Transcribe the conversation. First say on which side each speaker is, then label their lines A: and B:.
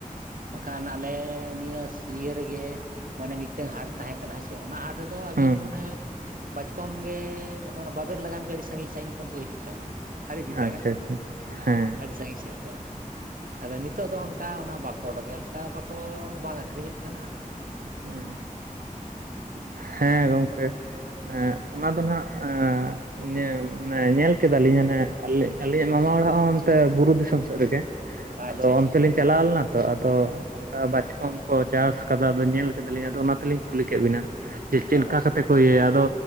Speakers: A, on the right; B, on the right.
A: ᱵᱟᱠᱷᱟᱱ ᱟᱞᱮ ᱱᱤᱭᱟᱹᱥ ᱤᱭᱟᱹ ᱨᱮᱜᱮ ᱢᱟᱱᱮ ᱢᱤᱫᱴᱮᱱ ᱦᱟᱴ ᱛᱟᱦᱮᱸ ᱠᱟᱱᱟ ᱦᱮᱸᱪᱮ ᱚᱱᱟ ᱦᱟᱴ ᱨᱮᱫᱚ ᱟᱵᱤᱱ
B: ᱦᱩᱸ
A: ᱚᱱᱮ ᱵᱟᱪᱠᱚᱢ ᱜᱮ ᱛᱚ ᱚᱱᱟ ᱵᱟᱵᱮᱨ ᱞᱟᱜᱟᱱ ᱜᱮ ᱟᱹᱰᱤ ᱥᱟᱺᱜᱤᱧ ᱥᱟᱺᱜᱤᱧ ᱠᱷᱚᱱ ᱠᱚ ᱦᱤᱡᱩᱜ ᱛᱟᱦᱮᱱᱟ᱾ ᱦᱟᱹᱨ ᱤᱫᱤ ᱛᱟᱦᱮᱱᱟᱠᱚ
B: ᱟᱪᱪᱷᱟ ᱟᱪᱪᱷᱟ ᱦᱮᱸ
A: ᱟᱹᱰᱤ ᱥᱟᱺᱜᱤᱧ ᱥᱟᱺᱜᱤᱧ ᱠᱷᱚᱱ ᱟᱫᱚ ᱱᱤᱛᱚᱜ ᱫᱚ ᱚᱱ ᱚᱱᱟ ᱵᱟᱠᱚ ᱚᱰᱚᱠᱮᱼᱟ ᱚᱱᱠᱟ ᱵᱟᱠᱚ ᱵᱟᱝ ᱟᱹᱠᱷᱨᱤᱧᱚᱜ ᱠᱟᱱᱟ᱾
B: ᱦᱮᱸ, ᱦᱮᱸ ᱜᱚᱝᱠᱮ,
A: <unintelligible>
B: ᱚᱱᱟ ᱫᱚ ᱱᱟᱦᱟᱜ ᱮᱸᱻ ᱱᱮ ᱢᱟᱱᱮ ᱧᱮᱞ ᱠᱮᱫᱟᱞᱤᱧ ᱦᱟᱱᱮ ᱟᱹᱞᱤᱧ ᱟᱹᱞᱤᱧᱟᱜ ᱢᱟᱢᱟ ᱚᱲᱟᱜ ᱦᱚᱸ ᱚᱱᱛᱮ ᱵᱩᱨᱩ ᱫᱤᱥᱚᱢ ᱥᱮᱫ ᱨᱮᱜᱮ᱾
A: ᱟᱪᱪᱷᱟ
B: ᱟᱫᱚ
A: ᱟᱪᱪᱷᱟ
B: ᱚᱱᱛᱮ
A: ᱴᱷᱤᱠ
B: ᱞᱤᱧ
A: ᱦᱮᱸ
B: ᱪᱟᱞᱟᱣ ᱞᱮᱱᱟ ᱛᱚ ᱟᱫᱚ ᱚᱱᱠᱟ
A: ᱦᱮᱸ
B: ᱵᱟᱪᱠᱚᱢ ᱠᱚ ᱪᱟᱥ ᱠᱟ ᱟ, ᱟᱫᱚ ᱧᱮᱞ ᱠᱮᱫᱟᱞᱤᱧ ᱟᱫᱚ ᱚᱱᱟ ᱛᱮᱞᱤᱧ ᱠᱩᱞᱤ ᱠᱮᱫ ᱵᱤᱱᱟ ᱡᱮ ᱪᱮᱫ
A: ᱚ
B: ᱞᱮᱠᱟ ᱠᱟᱛᱮ ᱠᱚ ᱤᱭᱟᱹᱭᱟ ᱟᱫᱚ